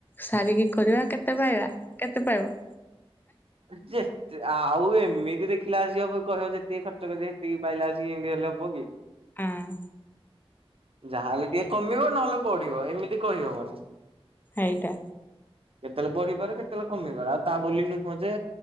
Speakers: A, on the left; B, on the right.
A: ସାରିକି କରିବା, କେତେ ପାଇବା କେତେ ପାଇବ?
B: ଯେତେ, ଆଉ ଏମିତି ଦେଖିଲା ଆସିକି ହବ କହିବ ଯେତିକି ଖର୍ଚ୍ଚ କରି ହେତିକି ପାଇଲା ଆସି ଚି ଏଁତିହେଲେ ହବ କି?
A: ଆଁ।
B: ଯାହାହେଲେ ଟିକେ କମିବ ନହେଲେ ବଢିବ। ଏମିତି କହିହବନି।
A: ହେଇଟା।
B: କେତେଳେ ବଢିପାରେ, କେତେଳେ କମି ପାରେ ଆଉ ତା ବୋଲି ନୁ ହଁ, ଯେ